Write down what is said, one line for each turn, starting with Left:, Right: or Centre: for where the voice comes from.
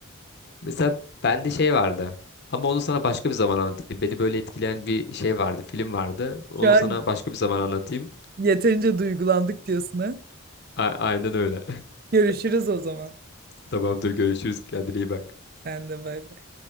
Left: Mesela bende şey vardı. Ama onu sana başka bir zaman anlatayım. Beni böyle etkileyen bir şey vardı, film vardı. Onu
Right: Şu an
Left: sana başka bir zaman anlatayım.
Right: yeterince duygulandık diyorsun ha.
Left: A- aynen öyle.
Right: Görüşürüz o zaman.
Left: Tamamdır görüşürüz. Kendine iyi bak.
Right: Sen de bay bay.